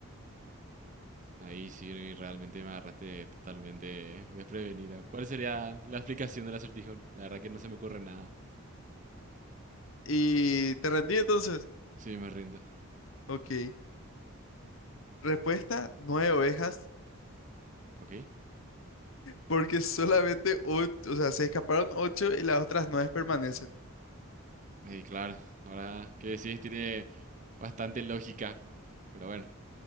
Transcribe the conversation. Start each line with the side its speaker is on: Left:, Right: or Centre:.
Right: Ahí sí realmente me agarraste totalmente desprevenida. ¿Cuál sería la explicación del acertijo? La verdad que no se me ocurre nada.
Left: Y te rendí entonces.
Right: Sí, me rindo.
Left: Ok. Respuesta, nueve ovejas,
Right: Ok.
Left: porque solamente ocho, o sea, se escaparon ocho y las otras nueve permanecen.
Right: Ahí, claro. Ahora que decís, tiene bastante lógica. Pero bueno,